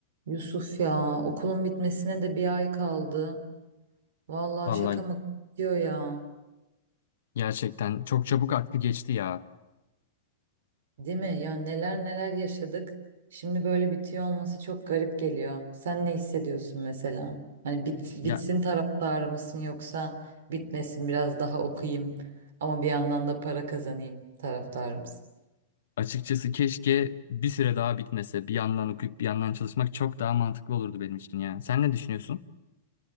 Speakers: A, on the right; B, on the left.
A: Yusuf ya okulun bitmesine de bir ay kaldı. Vallahi
B: Vallahi
A: şaka mı bitiyor ya.
B: gerçekten çok çabuk aklı geçti ya.
A: Değil mi? Ya neler neler yaşadık. Şimdi böyle bitiyor olması çok garip geliyor. Sen ne hissediyorsun mesela? Hani bit,
B: Ya
A: bitsin taraftarı mısın yoksa bitmesin biraz daha okuyayım ama bir yandan da para kazanayım taraftarı mısın?
B: açıkçası keşke bir süre daha bitmese. Bir yandan okuyup bir yandan çalışmak çok daha mantıklı olurdu benim için ya. Sen ne düşünüyorsun?